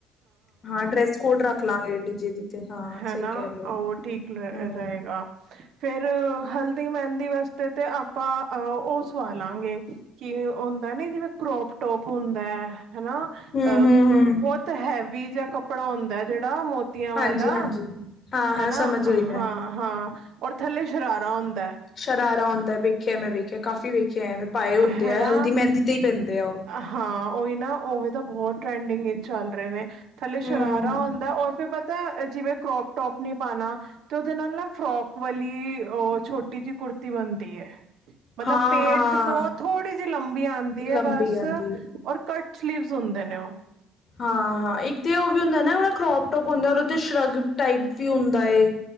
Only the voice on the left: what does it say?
ਹਾਂ ਡਰੈਸ ਕੋਡ ਰੱਖ ਲਵਾਂਗੇ। ਡੀ ਜੇ ਦੀ ਤੇ ਹਾਂ
ਸਹੀ ਕਹਿ ਰਹੇ ਹੋ।
ਹੂੰ
ਹੂੰ ਹੂੰ ਹੂੰ
ਹਾਂਜੀ
ਹਾਂਜੀ ਹਾਂ ਹਾਂ
ਸਮਝ ਗਈ
ਮੈਂ।
ਸ਼ਰਾਰਾ ਹੁੰਦਾ ਵੇਖਿਆ, ਮੈਂ ਵੇਖਿਆ ਕਾਫ਼ੀ ਵੇਖਿਆ। ਐਵੇਂ ਪਾਏ ਹੁੰਦੇ
ਆ ਹਲਦੀ ਮਹਿੰਦੀ ਤੇ ਹੀ ਪੈਂਦੇ ਆ ਉਹ।
ਹੂੰ।
ਹਾਂ
ਹਾਂ
ਲੰਬੀ
ਆਂਦੀ
ਹਾਂ, ਹਾਂ ਇੱਕ ਤੇ ਉਹ ਵੀ ਹੁੰਦਾ ਨਾ। ਕਰੋਪ ਟੋਪ ਹੁੰਦਾ ਸ਼ਰਗ ਟਾਈਪ ਵੀ ਹੁੰਦਾ। ਹੁੰਦਾ ਏ।